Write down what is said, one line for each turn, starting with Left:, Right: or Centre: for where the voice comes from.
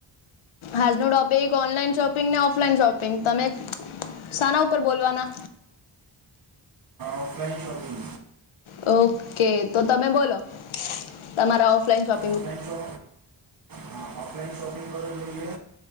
Left: આજ નો ટોપિક ઓનલાઈન શોપિંગ ને ઓફલાઈન શોપિંગ તમે સાના ઉપર બોલવાના?
Right: ઓફલાઇન શોપિંગ
Left: ઓકે તો તમે બોલો તમારા ઓફલાઈન શોપ
Right: ઓફલાઈન શો હા ઓફલાઈન શોપિંગ કરવો જોઈએ